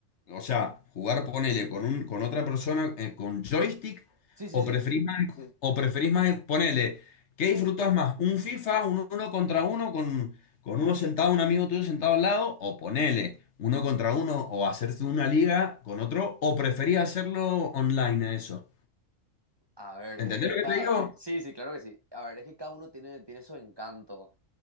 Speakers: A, on the left (about 65°); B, on the right (about 20°).
A: O sea, jugar, ponele, con un, con otra persona, eh, con joystick,
B: Sí, sí,
A: o
B: sí,
A: preferís
B: sí. sí.
A: más, o preferís más, el- ponele, ¿qué disfrutás más? ¿Un FIFA, un uno contra uno, con, con uno sentado, un amigo tuyo sentado al lado? O ponele, uno contra uno, o hacerse una liga con otro, o preferís hacerlo online a eso.
B: A ver,
A: ¿Entendés
B: es que
A: lo que
B: cada...
A: te digo?
B: Sí, sí, claro que sí. A ver, es que cada uno tiene, tiene su encanto.